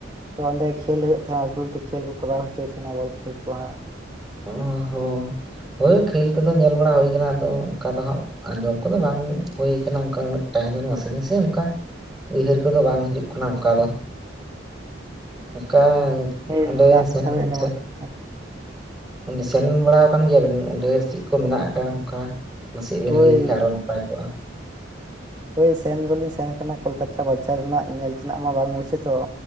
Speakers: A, on the right; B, in the centre.
A: ᱛᱚ ᱚᱸᱰᱮ ᱠᱷᱮᱞ ᱦᱩᱭᱩᱜ ᱛᱟᱦᱮᱱᱟ ᱞᱟᱹᱴᱩ ᱞᱟᱹᱴᱩ ᱠᱷᱮᱞ ᱠᱚ ᱠᱚᱨᱟᱣ ᱦᱚᱪᱚᱭ ᱛᱟᱦᱮᱱᱟ ᱵᱚᱞ ᱠᱷᱮᱞ ᱠᱚ ᱦᱟᱸᱜ
B: ᱚ ᱦᱚᱸ ᱦᱳᱭ ᱠᱷᱮᱞ ᱠᱚᱫᱚ ᱧᱮᱞ ᱵᱟᱲᱟ ᱦᱩᱭᱩ ᱟᱠᱟᱱᱟᱱᱟ ᱟᱫᱚ ᱚᱱᱠᱟ ᱫᱚ ᱦᱟᱸᱜ ᱟᱸᱡᱚᱢ ᱠᱚᱫᱚ ᱵᱟᱝ ᱦᱩᱭᱩ ᱟᱠᱟᱱᱟ ᱚᱱᱠᱟ ᱩᱱᱟᱹᱜ ᱴᱟᱭ ᱫᱚ ᱱᱟᱥᱮ ᱱᱟᱥᱮ ᱚᱱᱠᱟ ᱩᱭᱦᱟᱹᱨ ᱠᱚᱫᱚ ᱵᱟᱝ ᱦᱤᱡᱩᱜ ᱠᱟᱱᱟ ᱚᱱᱠᱟ ᱫᱚ ᱚᱱᱠᱟ
A: ᱠᱷᱮᱞ
B: ᱚᱸᱰᱮ
A: ᱨᱮᱱᱟᱜ ᱠᱟᱛᱷᱟ
B: ᱥᱮᱱ
A: ᱫᱚ ᱟᱡᱚᱢᱚᱜ
B: ᱥᱮ
A: ᱛᱚ
B: ᱚᱸᱰᱮ ᱥᱮᱱ ᱵᱟᱲᱟ ᱟᱠᱟᱱ ᱜᱮᱭᱟᱵᱮᱱ ᱚᱸᱰᱮ ᱪᱮᱫ ᱠᱚ ᱢᱮᱱᱟᱜ ᱟᱠᱟᱜᱼᱟ ᱚᱱᱠᱟ ᱱᱟᱥᱮ ᱵᱮᱱ
A: ᱦᱳᱭ
B: ᱞᱟᱹᱭ ᱞᱮᱠᱷᱟᱡ ᱟᱨᱚ ᱱᱟᱯᱟᱭ ᱠᱚᱜᱼᱟ
A: ᱦᱳᱭ ᱥᱮᱱ ᱫᱚᱞᱤᱧ ᱥᱮᱱ ᱠᱟᱱᱟ ᱠᱳᱞᱠᱟᱛᱟ ᱵᱟᱡᱟᱨ ᱨᱮᱱᱟᱜ ᱧᱮᱞ ᱛᱮᱱᱟᱜ ᱢᱟ ᱵᱟᱝ ᱢᱩᱪᱟᱹᱛᱚᱜ